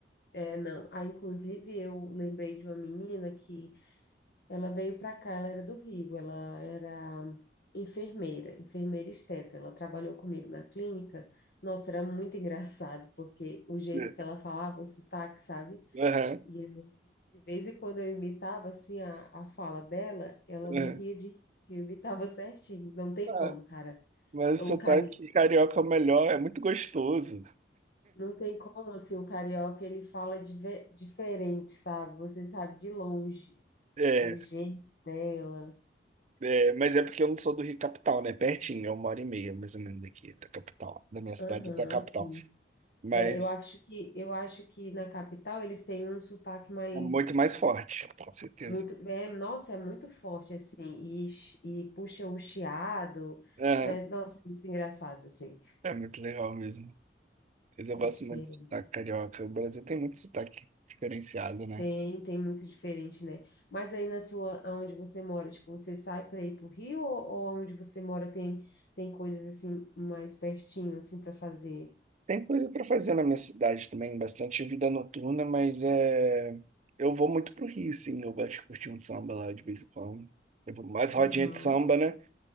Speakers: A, on the left; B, on the right.
A: é, não. Ah, inclusive, eu lembrei de uma menina que ela veio para cá, ela era do Rio, ela era enfermeira, enfermeira esteta, ela trabalhou comigo na clínica. Nossa, era muito <laughs> engraçado, porque o jeito
B: É.
A: que ela falava, o sotaque, sabe?
B: Aham,
A: E De vez em quando eu imitava assim a, a fala dela, ela
B: aham.
A: morria de rir, que eu imitava <laughs> certinho. Não tem
B: Ah,
A: como, cara.
B: mas
A: O
B: o sotaque
A: cari...
B: carioca é o melhor, é muito gostoso.
A: Não tem como assim, o carioca ele fala dive- diferente, sabe? Você sabe de longe
B: É,
A: o jeito dela.
B: É, mas é porque eu não sou do Rio Capital, né? Pertinho, é uma hora e meia, mais ou menos, daqui, da capital. Da minha cidade
A: Aham,
B: até a capital.
A: sim.
B: Mas
A: É, eu acho que eu acho que na capital eles têm um sotaque mais
B: é muito mais forte, com certeza.
A: muito, é, nossa, é muito forte assim e, chi- e puxa o chiado,
B: Aham,
A: né? Nossa, é muito engraçado assim.
B: É, muito legal mesmo. Mas eu
A: É
B: gosto
A: diferente.
B: muito de sotaque carioca. O Brasil tem muito sotaque diferenciado, né?
A: Tem, tem muito diferente, né? Mas aí na sua, onde você mora, tipo, você sai para ir pro Rio ou, ou onde você mora tem tem coisas assim mais pertinho assim para fazer?
B: Tem coisa para fazer na minha cidade também, bastante vida noturna, mas é... eu vou muito pro Rio, sim. Eu gosto de curtir um samba lá de vez em quando. Eu vou mais rodinha
A: Aham.
B: de samba, né?